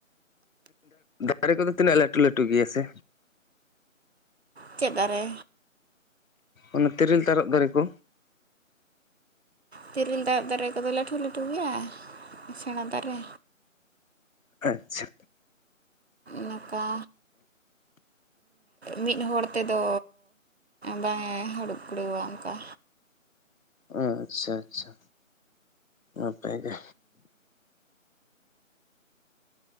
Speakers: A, on the left; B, on the right.
A: ᱫᱟᱨᱮ ᱠᱚᱫᱚ ᱛᱤᱱᱟᱹᱜ ᱞᱟᱹᱴᱩ ᱞᱟᱹᱴᱩ ᱜᱮᱭᱟ ᱥᱮ
B: ᱪᱮᱫ ᱫᱟᱨᱮ
A: ᱚᱱᱟ ᱛᱤᱨᱤᱞ ᱛᱟᱨᱚᱵᱽ ᱫᱟᱨᱮ ᱠᱚ
B: ᱛᱤᱨᱤᱞ ᱫᱟᱨᱮ ᱫᱟᱨᱮ ᱠᱚᱫᱚ ᱞᱟᱹᱴᱷᱩ ᱞᱟᱹᱴᱷᱩ ᱜᱮᱭᱟ ᱥᱮᱬᱟ ᱫᱟᱨᱮ
A: ᱟᱪᱪᱷᱟ
B: ᱱᱚᱝᱠᱟ ᱢᱤᱫ ᱦᱚᱲ ᱛᱮᱫᱚ ᱵᱟᱝᱮ ᱦᱟᱲᱩᱵᱽ ᱠᱩᱲᱟᱹᱣᱟ ᱚᱱᱠᱟ
A: ᱟᱪᱪᱷᱟ ᱟᱪᱪᱷᱟ ᱱᱟᱯᱟᱭ ᱜᱮ